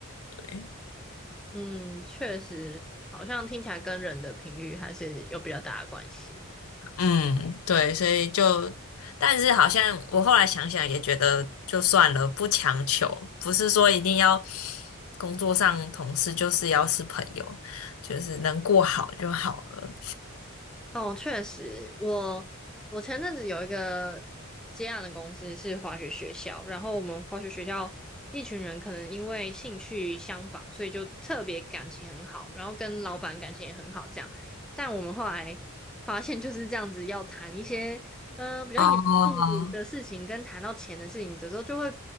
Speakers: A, on the left; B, in the centre.
A: 对。
B: 嗯，确实，好像听起来跟人的频率还是有比较大的关系。
A: 嗯，对，所以就，但是好像我后来想想也觉得就算了，不强求，不是说一定要工作上同事就是要是朋友，就是能过好就好了。
B: 哦，确实，我我前阵子有一个接案的公司是滑雪学校，然后我们滑雪学校一群人可能因为兴趣相仿，所以就特别感情很好，然后跟老板感情也很好这样。但我们后来发现就是这样子，要谈一些嗯、呃比较严肃的事情，
A: 哦，
B: 跟谈到钱的事情的时候，就会